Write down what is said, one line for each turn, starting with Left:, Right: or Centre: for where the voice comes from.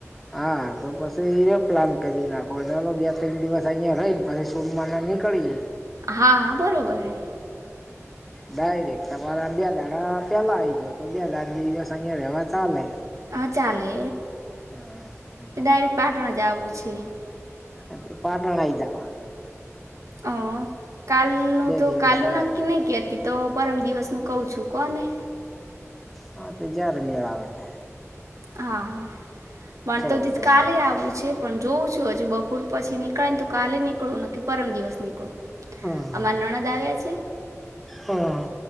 Centre: હા તો પછી એ પ્લાન કરી નાખો ચાલો બે ત્રણ દિવસ અહિયાં રહી ને પછી સોમવારે નીકળીએ
Right: હા હા બરોબર હે
Centre: ડાયરેક્ટ તમારા બે દાડા પેલાં આઈજ જાવ તો બે દાડા દિવસ અહીંયા રહેવા ચાલે.
Right: હા, ચાલે
Centre: હમ
Right: એ ડાયરેક્ટ પાટણ જાવું છે.
Centre: હે તે પાટણ આઈ જતાનું.
Right: અહ કાલનું તો
Centre: દિવસ
Right: કાલનું
Centre: રાત્રે
Right: નક્કી નહી કતી તો પરમ દિવસ નું કહું છું. કો ને.
Centre: હા, તો જય્યારે મેળ આવે તે.
Right: હા, પણ તોધી
Centre: વાંધો
Right: જ કાલે
Centre: નહી
Right: આવું છે પણ જોવુંજ જો હજુ બપોર પછી નીકળે ને તો કાલે નીકળવું ન ને પરમ દિવસ નીકળું.
Centre: હા
Right: અમા નણદ આવ્યા છે.
Centre: હા